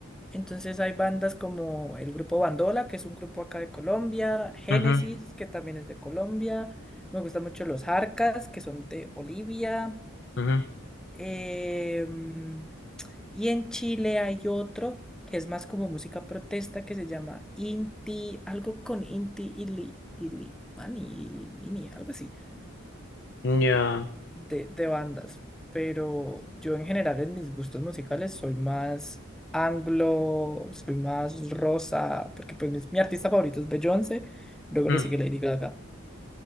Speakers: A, in the centre; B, on the left.
A: entonces hay bandas como el grupo Bandola, que es un grupo acá de Colombia, Génesis,
B: ujú,
A: que también es de Colombia. Me gustan mucho los Jarcas, que son de Bolivia.
B: ujú,
A: Em, y en Chile hay otro que es más como música protesta que se llama Inti, algo con Inti Ili, Ili, Mani, Ili, Mini, algo así
B: Ya.
A: de, de bandas, pero yo en general en mis gustos musicales soy más anglo, soy más rosa, porque pues mis- mi, artista favorito es Beyoncé, luego
B: mm.
A: le sigue Lady Gaga.